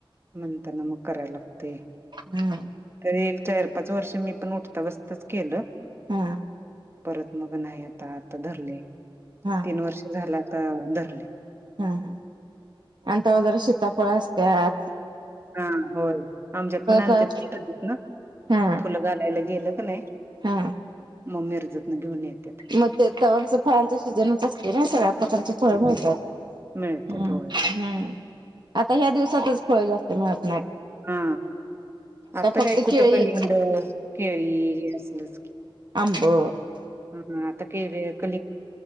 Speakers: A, on the right (about 30°); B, on the right (about 55°).
A: मंत नमु करायलागते
B: हम्म
A: एक चार पाच वर्ष मी पण उठता बसतच केलं
B: हा
A: परत मग नाही आता आता धरले
B: हा
A: तीन वर्ष झाला तर धरले
B: हा हा आणि त्या जर शीतापळ असत्या आ
A: हा होय आमच्यात पण आणतात
B: तर
A: क सत ना
B: हा
A: फुलं घालायला गेलं क नाही
B: हा
A: मगमी रर्जतन घेऊन येत
B: मग ते फळांचा सीजनच असते ना सगळ्या प्रकारचे फळ मिळतात
A: मिळते
B: हम्म
A: थोडे
B: हम्म आता ह्या दिवसातच फळ जास्त मिळत नाही
A: हा आता
B: फक्त
A: काय कुट
B: केळी
A: क लिंगड केळी हे असलच की
B: आंबो
A: हम हम आता क <unintelligible> र